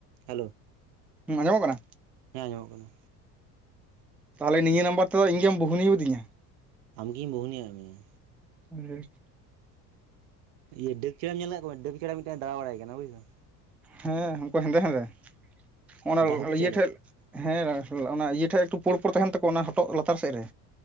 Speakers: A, on the right; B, in the centre.
A: Hello.
B: ᱦᱩᱸ ᱟᱸᱡᱚᱢᱚᱜ ᱠᱟᱱᱟ?
A: ᱦᱮᱸ ᱟᱸᱡᱚᱢᱚᱜ ᱠᱟᱱᱟ᱾
B: ᱛᱟᱞᱦᱮ ᱱᱤᱭᱟᱹ ᱱᱟᱢᱵᱟᱨ ᱛᱮᱫᱚ ᱤᱧ ᱜᱮᱢ ᱵᱩᱦᱱᱤᱭᱟᱣᱟᱫᱤᱧᱟ?
A: ᱟᱢᱜᱤᱧ ᱵᱩᱦᱱᱤᱭᱟᱜ ᱢᱮᱭᱟ᱾
B: <inaudible>
A: ᱤᱭᱟᱹ ᱰᱟᱹᱜ ᱪᱮᱬᱮᱢ ᱧᱮᱞ ᱠᱟᱫ ᱠᱚᱣᱟ ᱰᱟᱹᱜ ᱪᱮᱬᱮ ᱢᱤᱫᱴᱮᱱ ᱫᱟᱬᱟ ᱵᱟᱲᱟᱭ ᱠᱟᱱᱟ ᱵᱩᱡᱫᱟᱢ᱾
B: ᱦᱮᱸ ᱩᱱᱠᱩ ᱦᱮᱸᱫᱮ ᱦᱮᱸᱫᱮ ᱚᱱᱟ
A: ᱰᱟᱹᱦᱩᱠ ᱪᱮᱬᱮ
B: ᱤᱭᱟᱹ ᱴᱷᱮᱡ ᱦᱮᱸ ᱚᱱᱟ ᱤᱭᱟᱹ ᱴᱷᱮᱡ ᱮᱠᱴᱩ ᱯᱳᱲ ᱯᱳᱲ ᱛᱟᱸᱦᱮᱱ ᱛᱟᱠᱚᱣᱟ ᱚᱱᱟ ᱦᱚᱴᱚᱜ ᱞᱟᱛᱟᱨ ᱥᱮᱫ ᱨᱮ?